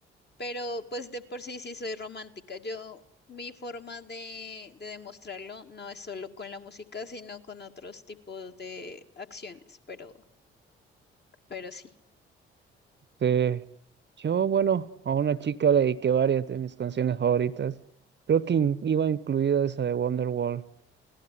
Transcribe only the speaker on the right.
Sí. Yo, bueno, a una chica le dediqué varias de mis canciones favoritas. Creo que in- iba incluida esa de Wonderwall.